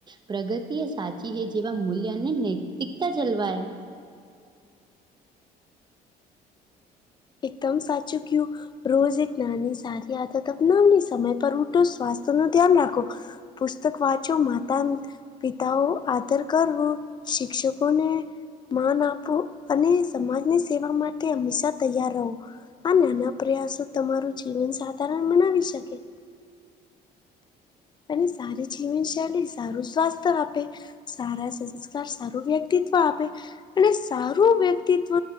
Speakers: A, on the right; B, on the left.
A: પ્રગતિ એ સાચી હે જેવા મૂલ્ય અને નૈતિકતા જલવાય.
B: એકદમ સાચું ક્યુ રોજ એક નાની સારી આદત અપનાવી સમય પર ઉટુ સ્વાસ્થ્ય નું ધ્યાન રાખો પુસ્તક વાંચો માતાનું પિતાઓ આદર કરવું શિક્ષકોને માન આપું અને સમાજની સેવા માટે હંમેશા તૈયાર રહો આ નાના પ્રયાસો તમારું જીવન સાધારણ બનાવી શકે અને સારી જીવનશૈલી સારું સ્વાસ્થ્ય આપે સારા સંસ્કાર સારું વ્યક્તિત્વ આપે અને સારું વ્યક્તિત્વ